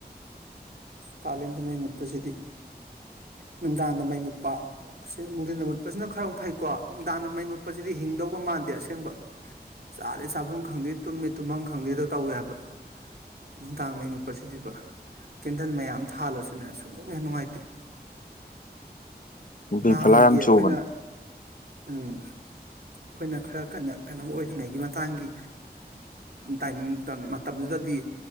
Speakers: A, on the right; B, on the left.
A: ꯀꯥꯂꯦꯟꯗ ꯃꯩ ꯃꯨꯠꯄꯁꯤꯗꯤ ꯅꯨꯡꯗꯥꯡꯗ ꯃꯩ ꯃꯨꯠꯄ ꯅꯨꯡꯊꯤꯟꯗ ꯃꯨꯠꯄꯁꯤꯅ ꯈꯔ ꯐꯩꯀꯣ ꯅꯨꯡꯗꯥꯡꯗ ꯃꯩ ꯃꯨꯠꯄꯁꯤꯗꯤ ꯍꯤꯡꯗꯧꯕ ꯃꯥꯟꯗꯦ ꯑꯁꯦꯡꯕ ꯆꯥꯔꯦ ꯆꯥꯐꯝ ꯈꯪꯗꯦ ꯇꯨꯝꯃꯦ ꯇꯨꯝꯐꯝ ꯈꯪꯗꯦꯗꯣ ꯇꯧꯋꯦ ꯍꯥꯏꯕ ꯅꯨꯡꯗꯥꯡ ꯃꯩ ꯃꯨꯠꯄꯁꯤꯗꯤꯕ ꯟꯗꯜ ꯃꯌꯥꯝ ꯊꯥꯜꯂꯁꯨꯅꯦ ꯁꯨꯛꯅꯤꯡ ꯍꯦꯟꯅ ꯅꯨꯡꯉꯥꯏꯇꯦ
B: ꯕꯤ
A: ꯅꯍꯥꯟꯋꯥꯏꯒꯤ
B: ꯐꯂꯥ ꯌꯥꯝ ꯆꯨꯕꯅꯦ
A: ꯑꯩꯈꯣꯏꯅ ꯎꯝ ꯑꯩꯈꯣꯏꯅ ꯈꯔ ꯀꯟꯅ ꯀꯩꯅꯣ ꯑꯣꯏꯔꯤ꯭ꯔꯤꯉꯩꯒꯤ ꯃꯇꯥꯡꯒꯤ ꯇꯥꯏꯃꯤꯡ ꯃꯇꯝꯗꯨꯗꯗꯤ